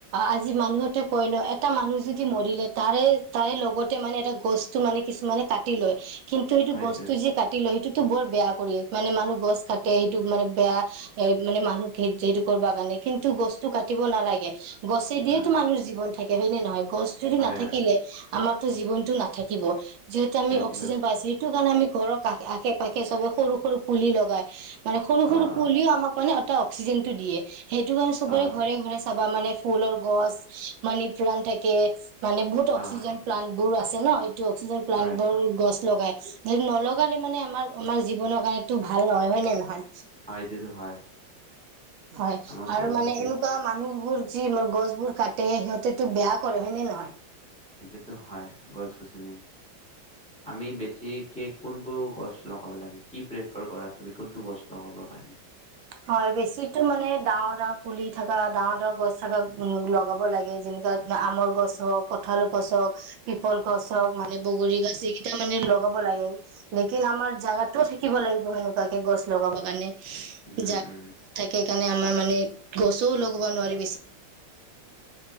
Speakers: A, on the right (about 80°); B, in the centre.
A: আজি মানুহতে কয় ন এটা মানুহ যদি মৰিলে তাৰে তাৰে লগতে মানে এটা গছটো মানে কিছুমানে কাটি লয় কিন্তু সেইটো
B: হয়তো
A: গছতটো য যে কাটি লয় সেইটো, বৰ বেয়া কৰিয় মানে মানুহ গছ খাট সেইটো মানে বেয়া এ মানে মানুহ সেইটো কৰিব কাৰণে কিন্তু গছটো কাটিব নালাগে। গছে দিয়েতো
B: অ',
A: মানুহৰ জীৱন থাকে। কে হয় নে নহয়? গছজদি
B: হয়,
A: নাথাকিলে
B: হয়,
A: আমাৰতো জীৱনটো নাথাকে থাকিব, যিহেটো আমি
B: হয়তো
A: অক্সিজন পাইছো সেইটো কাৰণে আমি ঘৰৰ কা আশে পাশে চবে সৰু সৰু পুলি লগাই মানে সৰু সৰু
B: অ', অ',
A: পুলিও আমাক মানে এটা অক্সিজেন টো দিয়ে সেইটো কাৰণে সবৰে
B: হয়,
A: ঘৰে ঘৰে চাবা মানে ফুলৰ গছ মানে ফৰাণ থাকে মানে বহুত অক্সিজেন
B: অ',
A: প্লানট বোৰ আছে ন, অক্সিজেন প্লানট
B: হয়,
A: বৰ গছ লগাই যদি নলগালে মানে আমাৰ আমাৰ জীৱনৰ কাৰণো ভাল নহয় হয় নে নহয়
B: হয় এইটোতটো হয়।
A: হয়
B: আমাক
A: আৰু
B: গছ-গছনি
A: মানে এনেকুৱা মানুহ মোৰ যি ম গছ বোৰ কাটে সিহঁতে তো বেয়া কৰে হয়নে নহয়?
B: সেইটোত হয় গছ গছনি, আমি বেছি কি কোন কো গছ লগাব লাগে? কি প্ৰেফাৰ কৰা তুমি কোনটো গছ লগাবৰ কাৰণে?
A: হয় বেছিতো মানে ডাঙৰ ডাঙৰ পুলি থকা ডাঙৰ ডাঙৰ গছ থকা উ লগাব লাগে, যেনেুৱা আমৰ গছ হওক কঠাল গছ হওক পিপল গছ হওক মানে বগৰী গছ এইকেইটা মানে লগাব লাগে লেকিন আমাৰ জাগাতো থাকিব লাগিব সেনেকুৱাকে গছ লগাব কাৰণে।
B: উম,
A: জাগা
B: উম,
A: থাকে কাৰণ আমাৰ মানে গছও লগ আৰু